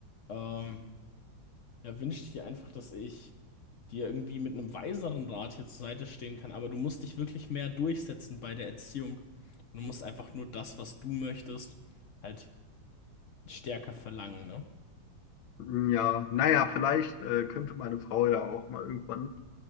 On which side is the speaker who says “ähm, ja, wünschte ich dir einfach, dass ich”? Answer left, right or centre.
Left